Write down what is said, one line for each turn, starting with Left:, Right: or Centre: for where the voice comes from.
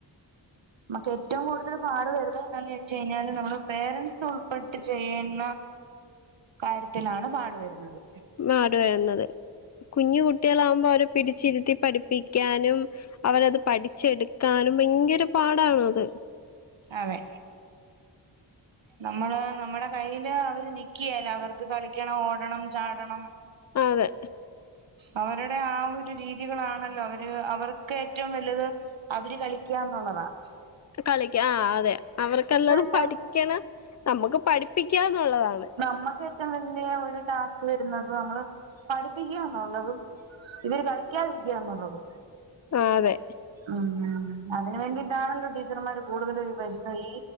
Right: നമുക്ക് ഏറ്റവും കൂടുതൽ പാട് വരുന്നത് എന്താന്ന് വെച്ച കഴിഞ്ഞാല് നമ്മള് പേരൻറ്സ് ഉൾപ്പെട്ട് ചെയ്യുന്ന കാര്യത്തിലാണ് പാടുവരുന്നത്
Left: മാടു വരുന്നത് കുഞ്ഞു കുട്ടികളാകുമ്പോ അവരെ പിടിച്ചിരുത്തി പഠിപ്പിക്കാനും അവരത് പഠിച്ചെടുക്കാനും ഭയങ്കര പാടണ അത്
Right: അതെ നമ്മള് നമ്മുടെ കൈയില് അവര് നിക്കുവേല അവർക്ക് കളിക്കണം ഓടണം ചാടണം
Left: അതെ
Right: അവരുടെ ആ ഒരു രീതികളാണല്ലോ അവര് അവർക്ക് ഏറ്റവും വലുത് അവര് കളിക്കാന്നുള്ളതാണ്
Left: കളിക്ക ആ അതെ അവർക്കല്ലത
Right: ഏറ്റവും
Left: പഠിക്കണം നമുക്ക് പഠിപ്പിക്കാന്നുള്ളതാണ്
Right: നമ്മുക്ക് ഏറ്റവും വലിയ ഒരു ടാസ്ക് വരുന്നത് നമ്മള് പഠിപ്പിക്കുക എന്നുള്ളതും ഇവര് കളിക്കാതിരിക്കാന്നുള്ളത്
Left: ആഹ് അതെ
Right: ഉം അതിന് വേണ്ടിയിട്ടാണല്ലോ ടീച്ചർമാർ കൂടുതലും വരുന്ന ഈ